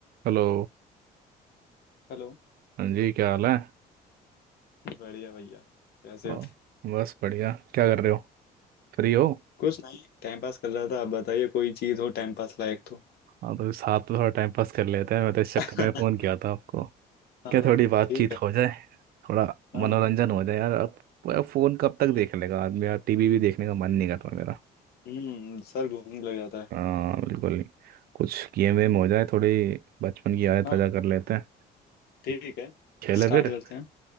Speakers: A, on the right; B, on the left.
A: Hello
B: Hello
A: हाँ जी क्या हाल है
B: बढ़िया भैया कैसे
A: और
B: हो
A: बस बढ़िया क्या कर रहे हो फ्री हो
B: कुछ नहीं टाइम पास कर रहा था आप बताइए कोई चीज हो टाइम पास लायक तो
A: हाँ तो साथ में थोड़ा टाइम पास कर लेते हैं मैं तो इस चक्कर
B: <laughs>
A: में फ़ोन किया था आपको
B: हाँ
A: क्या
B: हाँ
A: थोड़ी बातचीत
B: ठीक है
A: हो जाए थोड़ा
B: हाँ
A: मनोरंजन हो जाए यार अब अब फ़ोन कब तक
B: हम्म
A: देख लेगा आदमी यार टीवी भी देखने का मन नहीं करता मेरा
B: हम्म सर घूमने लग जाता है
A: हाँ बिल्कुल नहीं कुछ गेम वेम हो जाए थोड़ी बचपन की यादें
B: हाँ
A: ताज़ा कर लेते हैं
B: ठीक है
A: खेले
B: स्टार्ट
A: फिर
B: करते हैं